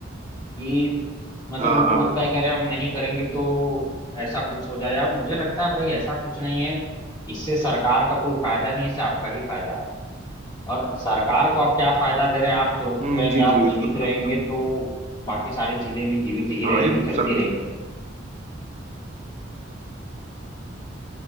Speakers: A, on the left; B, on the right.
A: कि मतलब
B: हाँ
A: उनको
B: हाँ
A: लगता है कि अरे हम नहीं करेंगे तो ऐसा कुछ हो जाए अब मुझे लगता है भाई ऐसा कुछ नहीं है इससे सरकार का कोई फायदा नहीं है, इससे आपका ही फायदा और सरकार को आप क्या फायदा दे रहे हैं आप सुरक्षित
B: हम्म,
A: रहेंगे
B: जी
A: आप
B: जी बिल्कुल
A: जीवित रहेंगे तो बाकी सारी चीजें भी जीवित ही
B: हाँ
A: रहेंगी
B: ये
A: चलती
B: सर
A: रहेंगी